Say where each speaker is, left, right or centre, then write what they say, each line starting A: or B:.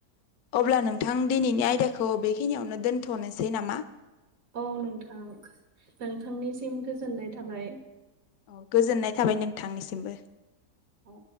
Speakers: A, on the left; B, on the right.
A: अब्ला नोंथां दिनैनि आयदाखौ बेखिनियावनो दोन्थ'नोसै नामा?
B: औ नोंथां नोंथांनिसिम गोजोननाय थाबाय
A: औ गोजोननाय थाबाय नोंथांनिसिमबो
B: औ